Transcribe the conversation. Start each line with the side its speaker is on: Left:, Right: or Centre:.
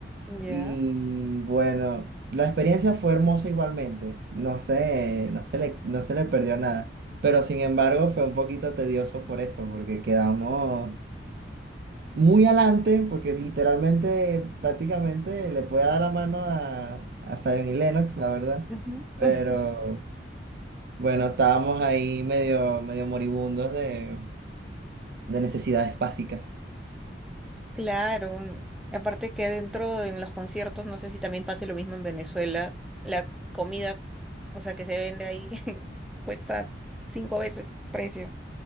Centre: Ya.
Right: Y bueno, la experiencia fue hermosa igualmente. No sé, no se le, no se le perdió nada. Pero sin embargo, fue un poquito tedioso por eso, porque quedamos muy adelante, porque literalmente, prácticamente le puede dar la mano a, a Zion y Lennox, la verdad.
Centre: Ujú.
Right: Pero
Centre: <laughs>
Right: bueno, estábamos ahí medio, medio moribundos de, de necesidades básicas.
Centre: Claro, mm, aparte que dentro de- en los conciertos, no sé si también pase lo mismo en Venezuela, la comida, o sea, que se vende ahí, <laughs> cuesta cinco veces su precio